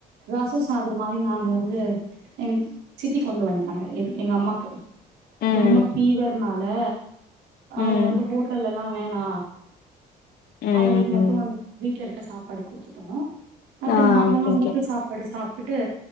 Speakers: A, on the right (about 85°); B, on the left (about 70°).
A: ரச அத மாரி நாங்க வந்து எங் சித்தி கொண்டு வண்ட்டாங்க எங் எங்க அம்மாக்கு
B: ம்
A: ரொம்ப ஃபீவர்னால அவங்க
B: ம்
A: வந்து ஹோட்டல்ல எல்லா வேணா
B: ம்
A: அவங்களுக்கு மட்டு வ வீட்டு்ல இருக்க சாப்பாடு குடுத்துட்டோ மத்த
B: ஆ
A: நாங்கல்லா
B: ஓகே
A: ஹோட்டல்
B: ஓகே
A: சாப்பாடு சாப்பிட்டு